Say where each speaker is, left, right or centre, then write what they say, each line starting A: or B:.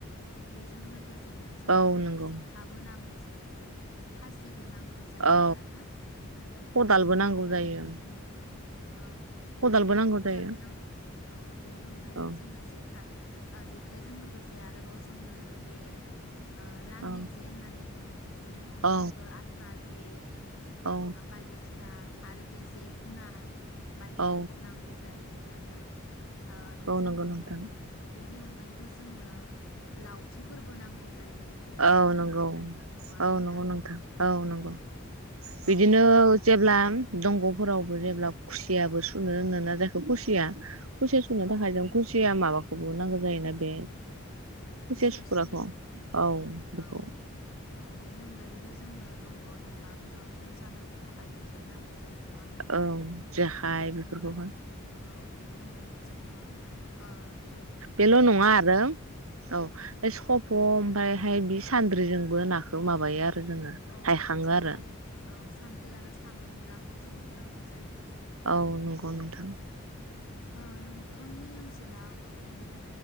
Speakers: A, on the left; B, on the right.
A: बेजों लोगोस सेनो जोंनो
B: औ नंगौ
A: सिखाबो नांगौ ज जायो खासिबो नांग नांगौ जायो
B: औ
A: आरो
B: खदालबो
A: बेनि
B: नांगौ
A: अनगायैबो
B: जायो
A: जोंनो औ -
B: खदालबो
A: बेनि
B: नांगौ
A: खदालबो
B: जायो
A: औ- बेनि अनगायैबो
B: औ
A: जोंनो जेखा ओ - जेखायजों लोगोसे आरोबाव जोंनो बे ओ लाङि
B: औ
A: जे होननानै बुङो बेनि अनगायैबो
B: औ
A: आस्रा जे <unintelligible>
B: औ
A: ओ - बायदिसिना आरो बे जे गुना बायदिफोरखौ
B: औ
A: नांगौ जायो आ <unintelligible> हो बेजों
B: औ नंगौ
A: अनगायैबो
B: नोंथां
A: बेनि अन यैबो जोंनो लावथिफोरबो नांगौ जायो औवाबो
B: औ -
A: नांगौ
B: नंगौ
A: जायो नङा होनब्ला
B: औ - नंगौ नोंथां औ - नंगौ बिदिनो
A: औ बेनि अनगायैबो
B: जेब्ला दंगफोरावबो जेब्ला खुसियाबो सुनो होनो जे खुसिया खुसिया सुनो
A: औ
B: थाखाय जों खुसिया माबाखौ <unintelligible> नांगौ जायोना बे। <unintelligible>
A: खुसिया
B: सोग्राखो
A: सुलि
B: औ
A: औ
B: बेखौ
A: औ बेनि अनगायैबोथ जोंनो दंग दंलाफोराव सेन सानोबो था थाखायबो सेन नांगौ जायो नङा होनब्ला
B: ओं जेखाइ
A: बेनि
B: बेफोरखौहाय
A: अनगायै औ बेनि अनगायैबो जोंनो ओम
B: बेल' नङा आरो औ बे सफ' ओमफायहाय बे सान्द्रिजोंबो नाखौ माबायो आरो जोङो
A: औ
B: हायखाङो
A: सान्द्रि
B: आरो
A: औ सान्द्रि आरो सानदेंगाखौ जोंनो नांगौ जा
B: औ नंगौ नोंथां
A: अ नोंथांनि ओनसोलाव ओरैनो